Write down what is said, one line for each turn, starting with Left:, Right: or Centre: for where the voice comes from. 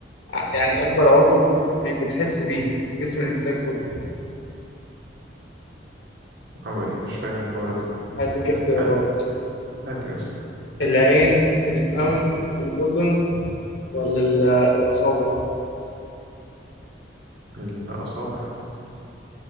Left: ع- يعني أكبر عضو بي- بتحس بيه في جسم الإنسان كله
Right: أو إيه؟ مش فاهم برضه يعني
Left: هديك اختيارات
Right: قال هات يسطا
Left: العين الأنف الأذن ولا ال- الأصابع
Right: الأصابع